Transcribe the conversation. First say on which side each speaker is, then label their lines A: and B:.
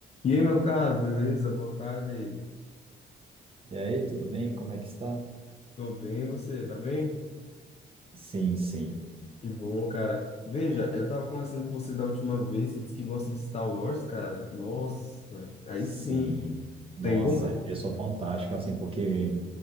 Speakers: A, on the left; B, on the right.
A: E aí, meu caro, beleza? Boa tarde.
B: E aí, tudo bem? Como é que está?
A: Tô bem, você, tá bem?
B: Sim, sim,
A: Que bom, cara. Veja, eu tava conversando com você da última vez, você disse que gosta de Star Wars, cara. Nossa, aí
B: sim.
A: sim,
B: Nossa,
A: tem bom. gosto.
B: eu sou fantástico, assim, porque,